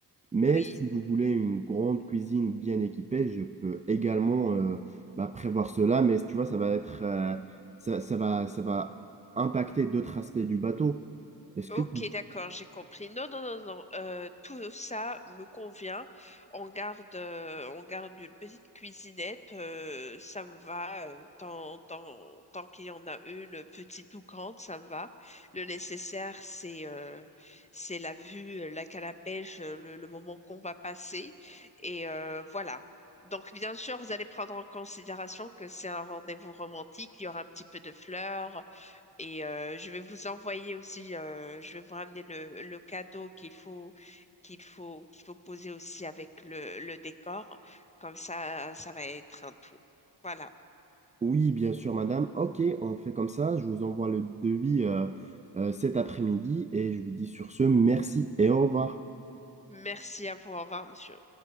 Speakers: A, on the right; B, on the left.
A: Mais
B: Oui.
A: si vous voulez une grande cuisine bien équipée, je peux également euh, bah, prévoir cela. Mais tu vois, ça va être, euh, ça, ça va, ça va impacter d'autres aspects du bateau. Est-ce
B: Ok,
A: que tu
B: d'accord, j'ai compris. Non, non, non, non. euh, tout ça me convient. On garde, euh, on garde une petite cuisinette. euh, ça me va. euh, tant, tant, tant qu'il y en a une, petite ou grande, ça me va. Le nécessaire, c'est euh, c'est la vue, euh, la canne à pêche, euh, le, le moment qu'on va passer. Et euh, voilà. Donc, bien sûr, vous allez prendre en considération que c'est un rendez-vous romantique. Il y aura un petit peu de fleurs. Et euh, je vais vous envoyer aussi, euh, je vais vous ramener le, le cadeau qu'il faut, qu'il faut, qu'il faut poser aussi avec le, le décor. Comme ça, ça va être un tout. Voilà.
A: Oui, bien sûr, madame. Ok, on fait comme ça. Je vous envoie le devis euh, euh, cet après-midi et je vous dis sur ce, merci et au revoir.
B: Merci à vous. Au revoir, monsieur.